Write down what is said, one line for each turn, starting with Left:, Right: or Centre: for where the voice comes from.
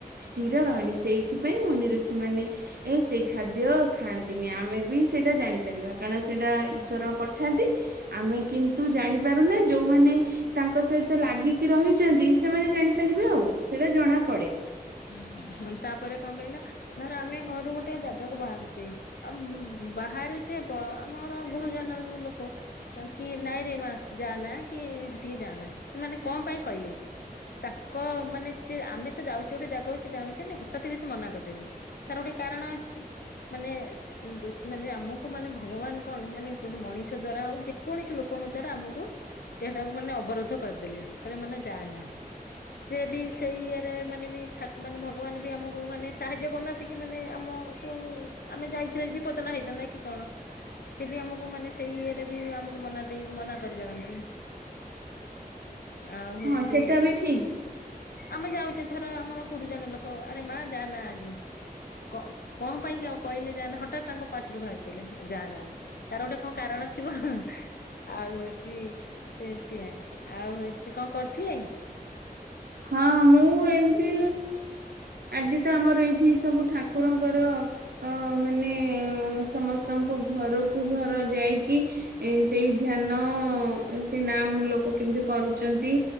Right: ସ୍ଥିର ରହେନି ସେଇଥିପାଇଁ ମୁନିଋଷି ମାନେ ଏ ସେଇ ଖାଦ୍ୟ ଖାଆନ୍ତିନି ଆମେ ବି ସେଇଟା ଜାଣିପାରିବା କାରଣ ସେଇଟା ଈଶ୍ୱର ପଠାନ୍ତି। ଆମେ କିନ୍ତୁ ଜାଣିପାରୁନେ ଯୋଉମାନେ- ତାଙ୍କ ସହିତ ଲାଗିକି ରହିଛନ୍ତି। ସେମାନେ ଜାଣିପାରିବେ ଆଉ ସେଇଟା ଜଣା ପଡେ।
Left: ହଁ ହଁ ତାପରେ କଣ କହିଲ ଧର ଆମେ ଘରୁ ଗୋଟେ ଜାଗାକୁ ବାହାରୁଚେ, ଆମ୍ ବାହାରୁଚେବ ଆମର ଗୁରୁଜନ ଯୋଉ ଲୋକ- ବାକି ନାଇଁରେ ମା ଯାଆନା କି ସେଟିକି ଯାଆନା ସେମାନେ କଣ ପାଇଁ କହିଲେ? ତାଙ୍କ ମାନେ ସେ ଆମେ ତ ଯାଉଚୁ ଗୋଟେ ଜାଗାକୁ- ସେ ଜାଣଛନ୍ତି ନା ହଠାତ୍ ବି ସେ ମନା କରିଦେବେ ତାର ଗୋଟେ କାରଣ ଅଛି। ମାନେ- ବୁସ୍ ଆମକୁ ମାନେ ଭଗବାନ କଣ ମାନେ ଗୋଟେ ମଣିଷ ଦ୍ଵାରା ଆଉ ଯେକୌଣସି ଲୋକଙ୍କ ଦ୍ଵାରା ଆମକୁ- ସେଇଟାକୁ ମାନେ ଅବରୋଧ କରିଦେଲେ କହିଲେ ମାନେ ଯାଆ ନା। ସିଏ ବି ସେ ଇରେ ମାନେ ବି ଠାକ୍- ମାନେ ଭଗବାନ ବି ଆମକୁ ମାନେ ସାହାଯ୍ୟ କରୁନାହାନ୍ତି କି? ମାନେ ଆମ ଯୋଉ ଆମେ ଯାଇଥିଲେ ବିପଦଟା ହେଇଥାନ୍ତା। କି କଣ ସେ ବି ଆମକୁ ମାନେ ସେଇ ଇଏରେ ବି ଆମକୁ ମନା ଦେଇ ମନା କରିପାରନ୍ତି। ଆଉ ହଉଚି
Right: ହଁ ସେଟା ବି ଠିକ
Left: ଆମେ ଯାଉଚେ ଧର ଆମର- ଗୁରୁଜନ ଲୋକ ଆରେ ମା ଯଆ ନା ଆଜି। କ୍ କଣ ପାଇଁ କ କହିଲେ ଯାଆନା ହଠାତ୍ ତାଙ୍କ ପାଟିରୁ ବାହାରିପଇଲା ଯାଆନା ଆଜ୍- ତାର ଗୋଟେ କଣ କାରଣ ଥିବ। ଆଉ ହଉଚି ସେଥିପାଇଁ ଆଉ ହଉଚି କଣ କରୁଥିଲେ?
Right: ହଁ ମୁଁ ଏମିତି ଆଜି ତ ଆମର ଏଇଠି ସବୁ ଠାକୁରଙ୍କର- ଅ ମାନେ ସମସ୍ତଙ୍କ ଘରକୁ ଘର ଯାଇକି- ଏ ସେଇ ଧ୍ୟାନ ସେ ନାମ୍ ଲୋକ କେମିତି କରୁଛନ୍ତି?